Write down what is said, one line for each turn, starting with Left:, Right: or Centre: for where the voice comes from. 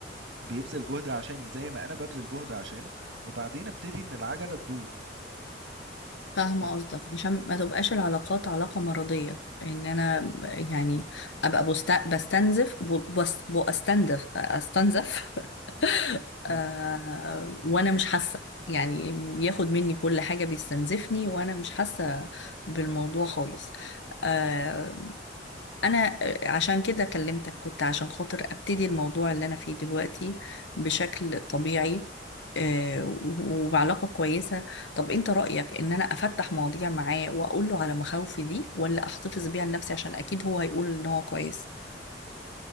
Right: بيبذل جهد عشاني زي ما أنا ببذل جهد عشانه وبعدين أبتدي إن العجلة تدور
Left: فاهمة
Right: فاهم؟
Left: قصدك عشان ما تبقاش العلاقات علاقة مرضية ان انا يعني ابقى بست... بستنزف ب- بس... بستنزف استنزف <laughs>
Right: اه
Left: آه وانا مش حاسه يعني بياخد مني كل حاجه بيستنزفني وانا مش حاسه بالموضوع خالص آه انا عشان كده كلمتك كنت عشان خاطر ابتدي الموضوع اللي انا فيه دلوقتي بشكل
Right: بالظبط
Left: طبيعي آه وبعلاقه كويسه طب انت رايك ان انا افتح مواضيع معاه واقول له على مخاوفي دي ولا احتفظ بيها لنفسي عشان اكيد هو هيقول ان هو كويس